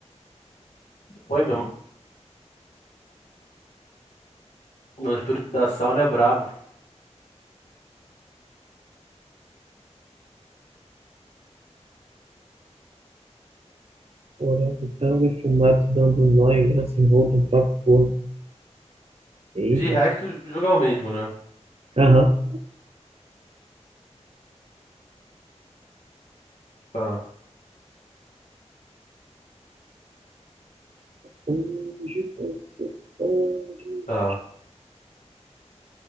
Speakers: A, on the left; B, on the right.
A: foi mesmo. O espírito da sauna é brabo.
B: Orango tango e fumado dando nó em lenço envolto no próprio corpo. Eita.
A: De resto, o jogo é o mesmo, né?
B: Aham.
A: Tá,
B: Onde você pode... O
A: tá.